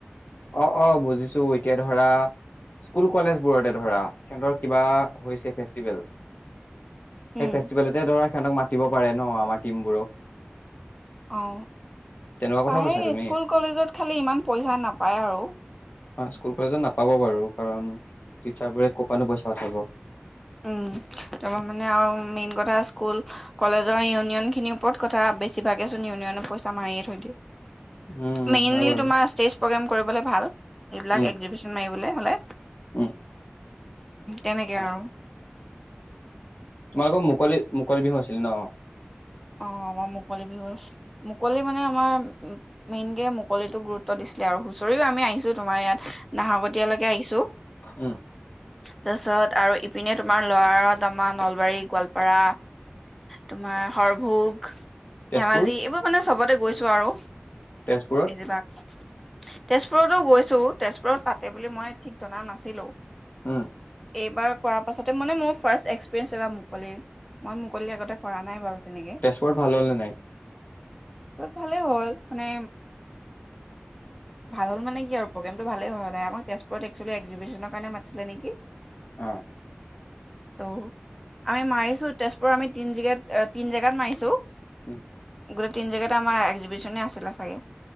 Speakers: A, on the left; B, in the centre.
A: অ অ বুজিছো এতিয়া ধৰা স্কুল কলেজবোৰতে ধৰা কেন্দ্ৰত কিবা হৈছে ফেষ্টিভেল সেই
B: উম
A: ফেষ্টিভেলতে ধৰা সিহঁতক মাতিব পাৰে ন আমাৰ টিমবোৰক
B: অ
A: তেনেকুৱা কথা
B: পাৰে
A: কৈছা তুমি।
B: স্কুল কলেজত খালি ইমান পইচা নাপায় আৰু
A: অ স্কুল কলেজত নাপাব বাৰু কাৰণ টিচাৰবোৰে ক'পানো পইচা পঠাব
B: উম, তাৰ মানে আৰু মেইন কথা স্কুল কলেজৰ ইউনিয়নখিনিৰ ওপৰত কথা বেছিভাগেচোন ইউনিয়নৰ পইচা মাৰিয়ে থৈ দিয়ে
A: উম,
B: মেইনলি
A: হয় বাৰু
B: তোমাৰ প্ৰগ্ৰেম কৰিবলৈ ভাল এইবিলাক
A: উম,
B: এক্সজিভিশ্যন মাৰিব বোলে হ'লে
A: উম,
B: তেনেকে আৰু
A: তোমালোকৰ মুকলি মুকলি বিহু আছিল ন?
B: অ আমাৰ মুকলি বিহু। মুকলি মানে আমাৰ মেইনকে মুকলিতোক গুৰুত্ব দিছিলে আও, হুঁচৰিও আমি আহিছো তোমাৰ ইয়াত নাহকটীয়ালৈকে আহিছোঁ
A: উম,
B: তাৰপিছত আৰু ইপিনে তোমাৰ লয়াৰত আমাৰ নলবাৰী গোৱালপাৰা তোমাৰ সৰভোগ
A: তেজপুৰ
B: ধেমাজি এইবোৰ মানে চবতে গৈছো আৰু
A: তেজপুৰত
B: তেজপুৰ তেজপুৰতো গৈছোঁ, তেজপুৰত পাতে বুলি মই ঠিক জনা নাছিলোঁ
A: উম,
B: এইবাৰত কৰা পাছতে মানে মোৰ ফাৰ্ষ্ট এক্সপিৰিয়েন্ঞ্চ এবাৰ মুকলি, মই মুকলি আগতে কৰা নাই বাৰু তেনেকে
A: তেজপুৰত ভাল হ'ল নে নাই
B: ভালেই হ'ল মানে ভাল হ'ল মানে কি আৰু প্ৰগেমটো ভালেই হয় সদায়, আমাক তেজপুৰ এক্সুৱেলি এক্সিবিশ্যনৰ কাৰণে মতিছিলে নেকি
A: অ
B: ত আমি মাৰিছো তেজপুৰৰ আমি তিন জেগাত তিন জেগাত মাৰিছো
A: উম
B: গোটেই তিন জেগাততে আমাৰ এক্সিবিশনে আছিলে চাগে